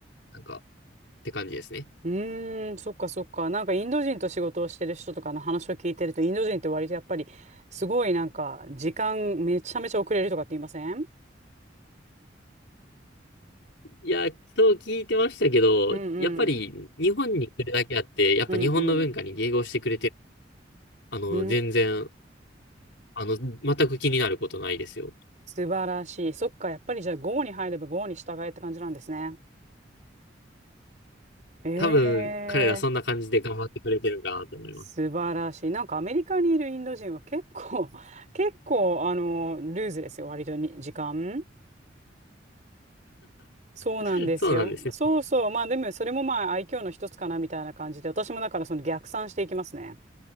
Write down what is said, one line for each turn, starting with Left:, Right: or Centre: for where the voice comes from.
Left: なんか、って感じですね。
Right: うーん、そっかそっか。なんかインド人と仕事をしてる人とかの話を聞いてると、インド人って割とやっぱりすごいなんか時間めちゃめちゃ遅れるとかって言いません
Left: いや、そう聞いてましたけど、
Right: うんうん。
Left: やっぱり日本に来るだけあって、やっぱ日本の文化に迎合してくれて、
Right: うんうん。
Left: あの、
Right: うん、
Left: 全然、あの、全く気になることないですよ。
Right: 素晴らしい。そっか、やっぱりじゃあ g に入れば g に従えって感じなんですね。ええー、
Left: 多分、彼らそんな感じで頑張ってくれてるかなと思います。
Right: 素晴らしい。なんかアメリカにいるインド人は結構、<laughs> 結構あの、ルーズですよ、割とに時間。そうなんですよ。
Left: <laughs> そうなんですね。
Right: そうそう。まあでもそれもまあ愛嬌の一つかなみたいな感じで、私もだからその逆算していきますね。